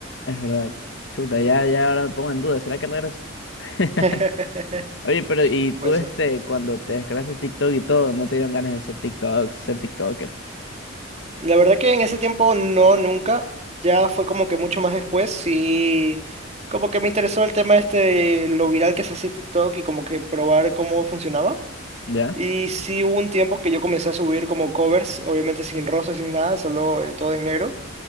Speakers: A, on the left (about 60°); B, on the right (about 35°).
A: es verdad. Chuta, ya, ya ahora me pongo en duda, ¿será que regreso? <laughs>
B: <laughs>
A: Oye, pero y
B: Puede
A: tú
B: ser.
A: este, cuando te descargaste TikTok y todo, no te dieron ganas de ser TikTok, ser TikToker,
B: La verdad que en ese tiempo no, nunca. Ya fue como que mucho más después. Sí, como que me interesó el tema este de lo viral que se hacía TikTok y como que probar cómo funcionaba.
A: ¿ya?
B: Y sí hubo un tiempo que yo comencé a subir como covers, obviamente sin rostro, sin nada, solo eh, todo en negro.